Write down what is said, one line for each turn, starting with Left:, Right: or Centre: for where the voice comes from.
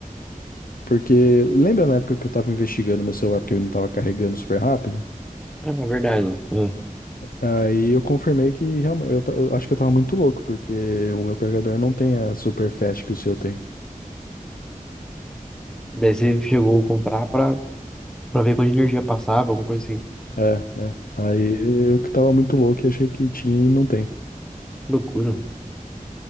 Left: Porque lembra na época que eu tava investigando meu celular porque ele não tava carregando super rápido?
Centre: É, na verdade. É.
Left: Aí eu confirmei que realmente, eu, ta- eu acho que eu tava muito louco, porque o meu carregador não tem a super fast que o seu tem.
Centre: Daí você chegou a comprar pra, pra ver quanta energia passava, alguma coisa assim.
Left: É, é. Aí eu que tava muito louco e achei que tinha e não tem.
Centre: Loucura.